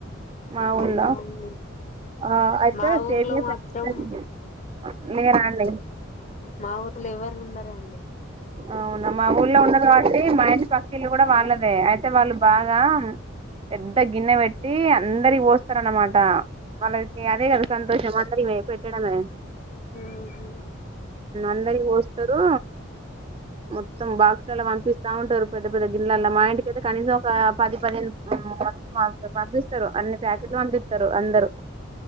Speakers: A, on the right; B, on the left.
A: మా
B: అవునా
A: ఊలో
B: అండి
A: ఆ అయితే
B: మా ఊర్లో మాత్రం
A: <unintelligible> మీరండి
B: మా ఊర్ల ఎవరు ఉండరండి
A: అవునా మా ఊళ్లో ఉన్నది కాబట్టి మా ఇంటి పక్కిళ్లు కూడా వాళ్ళదే అయితే వాళ్ళు బాగా పెద్ద గిన్నె పె ట్టి అందరికి పోస్తారు అనమాట వాళ్ళకి అదే కదా సంతోషం అందరి పెట్టడమే
B: ఉహు
A: అందరికి పోస్తారు మొత్తం బాక్స్లా పంపిస్తా ఉంటారు పెద్ద పెద్ద ఇల్లలా మా ఇంటికి అయితే కనీసం ఒక పది పదిహేను <inaudible> మా పంపిస్తారు అన్ని ప్యాకెట్లు పంపితారు అందరు